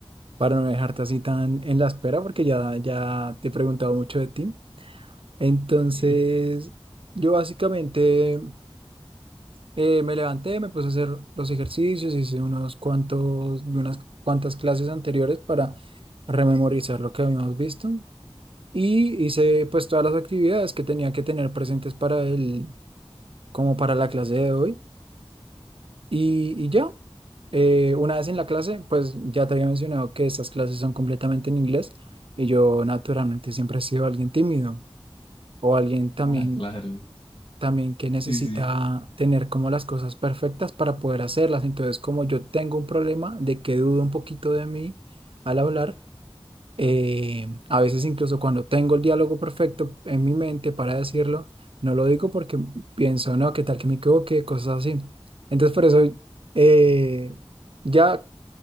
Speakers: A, on the right (about 65°); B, on the left (about 65°).
A: para no dejarte así tan en la espera, porque ya, ya te he preguntado mucho de ti. Entonces,
B: Ok.
A: yo básicamente eh, me levanté, me puse a hacer los ejercicios, hice unos cuantos, unas cuantas clases anteriores para rememorizar lo que habíamos visto y hice pues todas las actividades que tenía que tener presentes para el, como para la clase de hoy. Y, y ya, eh, una vez en la clase, pues ya te había mencionado que estas clases son completamente en inglés y yo naturalmente siempre he sido alguien tímido o alguien también,
B: Ah, claro.
A: también que necesita
B: Sí, sí.
A: tener como las cosas perfectas para poder hacerlas. Entonces, como yo tengo un problema de que dudo un poquito de mí al hablar, eh, a veces incluso cuando tengo el diálogo perfecto en mi mente para decirlo, no lo digo porque pienso, no, qué tal que me equivoque, cosas así. Entonces por eso eh, ya